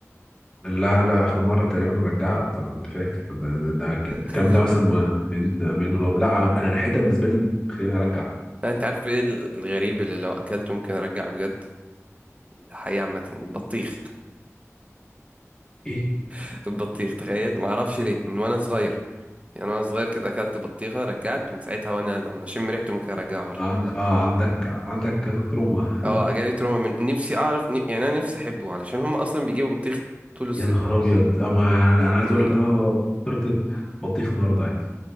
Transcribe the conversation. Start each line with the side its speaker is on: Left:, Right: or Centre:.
Left: لا لا اخر مره تقريبا رجعت انا كنت فاكر ده, ده, ده ك-
Right: <laughs>
Left: الكلام ده مثلا ما- من من ولو- لا انا ريحتها بالنسبه لي بتخليني ارجع
Right: لا انت عارف ايه الغريب اللي لو اكلته ممكن ارجع بجد الحقيقة عامة البطيخ
Left: ايه
Right: <laughs> البطيخ تخيل ما اعرفش ليه من وانا صغير يعني انا صغير كده اكلت بطيخة رجعت من ساعتها وانا لما اشم ريحته ممكن ارجعها برضه
Left: عن... اه عندك عندك تروما <laughs>
Right: اه جالي تروما من نفسي اعرف ن- يعني انا نفسي احبه علشان هم اصلا بيجيبوا بطيخ طول الصيف
Left: يا نهار ابيض اما انا أنا عايز
Right: يعني
Left: اقول لك انا فطرت بطيخ النهارده عادي